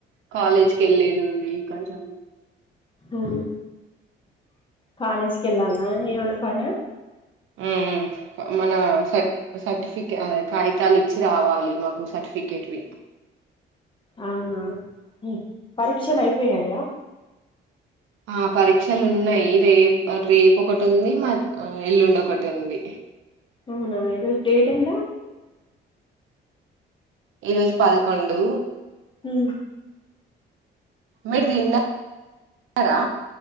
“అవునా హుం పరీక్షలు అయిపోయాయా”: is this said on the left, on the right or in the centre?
Left